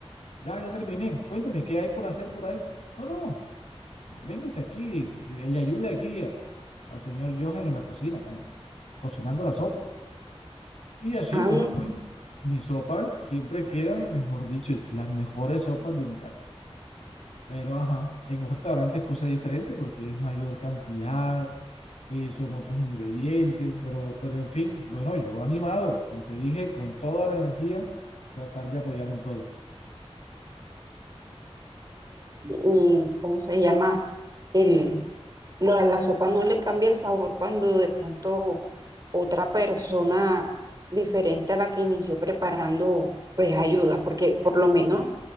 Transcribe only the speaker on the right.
Ándale,
¿y cómo se llama? El, lo- a la sopa no le cambia el sabor cuando de pronto otra persona diferente a la que inició preparando, pues ayuda, porque por lo menos